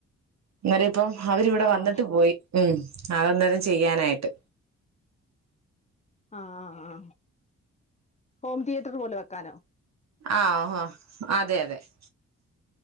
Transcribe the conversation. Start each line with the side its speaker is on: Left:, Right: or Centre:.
Right: <unintelligible> അപ്പോ അവരിവിടെ
Left: ആണോ
Right: വന്നിട്ട് പോയി ഉം അത് അന്നേരം ചെയ്യാനായിട്ട്
Left: ആ ആ ആ ഹോം തിയേറ്റർ പോലെ വെക്കാനോ
Right: ആഹ് ഹ അതെ അതെ <inaudible>